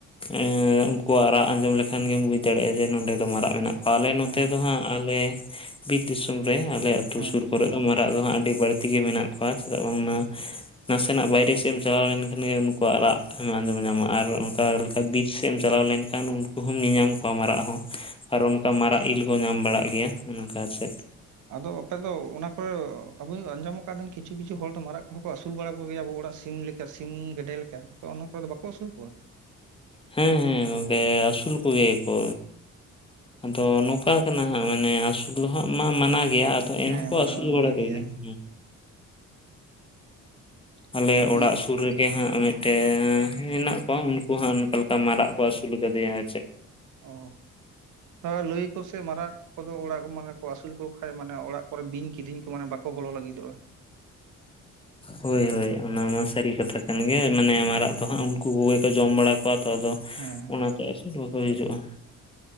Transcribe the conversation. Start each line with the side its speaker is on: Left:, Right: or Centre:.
Left: ᱮᱸᱜ ᱩᱱᱠᱩᱣᱟᱜ ᱨᱟᱜ ᱟᱸᱡᱚᱢ ᱞᱮᱠᱷᱟᱱ ᱜᱮᱧ ᱵᱩᱡ ᱫᱟᱲᱮᱜᱼᱟ ᱡᱮ ᱱᱚᱸᱰᱮ ᱫᱚ ᱢᱟᱨᱟᱜ ᱢᱮᱱᱟᱜ ᱟᱞᱮ ᱱᱚᱛᱮ
Right: ᱦᱮᱸ
Left: ᱫᱚ ᱦᱟᱸᱜ ᱟᱞᱮ ᱵᱤᱨ ᱫᱤᱥᱚᱢ ᱨᱮ ᱟᱞᱮ ᱟᱹᱛᱩ
Right: ᱦᱮᱸ
Left: ᱥᱩᱨ ᱠᱚᱨᱮ ᱢᱟᱨᱟᱜ ᱫᱚ ᱦᱟᱸᱜ ᱟᱹᱰᱤ ᱵᱟᱲᱛᱤ ᱜᱮ ᱢᱮᱱᱟᱜ ᱠᱚᱣᱟ, ᱪᱮᱫᱟᱜ ᱵᱟᱝᱢᱟ ᱱᱟᱥᱮᱱᱟᱜ ᱵᱟᱭᱨᱮ ᱥᱮᱢ ᱪᱟᱞᱟᱣ ᱞᱮᱱᱠᱷᱟᱱ ᱜᱮ ᱩᱱᱠᱩᱣᱟᱜ ᱨᱟᱜ ᱮᱢ ᱟᱸᱡᱚᱢ ᱧᱟᱢᱟ ᱟᱨ ᱚᱝᱠᱟ ᱞᱮᱠᱟ ᱵᱤᱨ ᱥᱮᱢ ᱪᱟᱞᱟᱣ ᱞᱮᱱᱠᱷᱟᱱ ᱩᱱᱠᱩ ᱦᱚᱸᱢ ᱧᱮᱧᱟᱢ ᱠᱚᱣᱟ ᱢᱟᱨᱟᱜ ᱦᱚᱸ ᱟᱨ
Right: ᱚ
Left: ᱚᱱᱠᱟ ᱢᱟᱨᱟᱜ ᱤᱞ ᱠᱚ ᱧᱟᱢ ᱵᱟᱲᱟᱜ ᱜᱮᱭᱟ᱾ ᱩᱱ ᱚᱝᱠᱟ ᱥᱮᱫ᱾
Right: ᱟᱫᱚ ᱟᱯᱮ ᱫᱚ ᱚᱱᱟ ᱠᱚ ᱟᱵᱩᱧ ᱟᱸᱡᱚᱢ ᱟᱠᱟᱫᱟᱹᱧ ᱠᱤᱪᱷᱩ ᱠᱤᱪᱷᱩ ᱦᱚᱲ ᱫᱚ ᱢᱟᱨᱟᱜ ᱠᱚᱦᱚᱸ ᱠᱚ ᱟᱹᱥᱩᱞ ᱵᱟᱲᱟ ᱠᱚ ᱜᱮᱭᱟ ᱟᱵᱚ ᱚᱲᱟᱜ ᱥᱤᱢ ᱞᱮ ᱥᱮ ᱥᱤᱢ, ᱜᱮᱰᱮ ᱞᱮᱠᱟ ᱟᱯᱮ ᱚᱱᱟ ᱠᱚᱨᱮ ᱫᱚ ᱵᱟᱠᱚ ᱟᱥᱩᱞ ᱠᱚᱣᱟ?
Left: ᱦᱮᱸ ᱦᱮᱸ ᱜᱚᱝᱠᱮ ᱟᱹᱥᱩᱞ ᱠᱚᱜᱮ ᱟᱠᱚ᱾ ᱟᱫᱚ ᱱᱚᱠᱟ ᱠᱟᱱᱟ ᱦᱟᱸᱜ ᱢᱟᱱᱮ ᱟᱥᱩᱞ ᱫᱚ ᱦᱟᱸᱜ ᱢᱟ-ᱢᱟᱱᱟ ᱜᱮᱭᱟ᱾ ᱛᱚ ᱮᱱ
Right: ᱦᱮᱸ
Left: ᱦᱚᱸᱠᱚ
Right: ᱢᱟᱱᱟ
Left: ᱟᱹᱥᱩᱞ
Right: ᱫᱚ ᱢᱟᱱᱟ
Left: ᱵᱟᱲᱟ ᱠᱚᱜᱮ,
Right: ᱜᱮᱭᱟ
Left: ᱦᱩᱸ᱾ ᱟᱞᱮ
Right: ᱵᱤᱨ
Left: ᱚᱲᱟᱜ ᱥᱩᱨ ᱨᱮᱜᱮ ᱦᱟᱸᱜ ᱢᱤᱫ ᱴᱮᱻ ᱦᱮᱱᱟᱜ ᱠᱚᱣᱟ ᱩᱱᱠᱩ ᱦᱚᱸ ᱚᱱᱠᱟ ᱞᱮᱠᱟ ᱢᱟᱨᱟᱜ ᱠᱚ ᱟᱹᱥᱩᱞ ᱠᱟᱫᱮᱭᱟ, ᱟᱨ ᱪᱮᱜ
Right: ᱚ ᱦᱚ ᱞᱟᱹᱭ ᱟᱠᱚᱥᱮ ᱢᱟᱨᱟᱜ ᱠᱚᱫᱚ ᱚᱲᱟᱜ ᱢᱟᱱᱮ ᱠᱚ ᱟᱹᱥᱩᱞ ᱠᱚ ᱠᱷᱟᱡ ᱢᱟᱱᱮ ᱚᱲᱟᱜ ᱠᱚᱨᱮ ᱵᱤᱧ, ᱠᱤᱫᱤᱧ ᱠᱚ ᱢᱟᱱᱮ ᱵᱟᱠᱚ ᱵᱚᱞᱚ ᱞᱟᱹᱜᱤᱫᱚᱜᱼᱟ᱾
Left: ᱦᱳᱭ ᱦᱳᱭ ᱚᱱᱟ ᱢᱟ ᱥᱟᱹᱨᱤ ᱠᱟᱛᱷᱟ ᱠᱟᱱ ᱜᱮ ᱢᱟᱱᱮ ᱢᱟᱨᱟᱜ ᱫᱚ ᱦᱟᱸᱜ ᱩᱱᱠᱩ ᱠᱚᱜᱮ ᱠᱚ ᱡᱚᱢ ᱵᱟᱲᱟ ᱠᱚᱣᱟ ᱛᱚ ᱟᱫᱚ
Right: ᱦᱮᱸ
Left: ᱚᱱᱟ ᱛᱮ ᱟᱨ ᱪᱤᱫ ᱵᱟᱠᱚ ᱦᱤᱡᱩᱜᱼᱟ᱾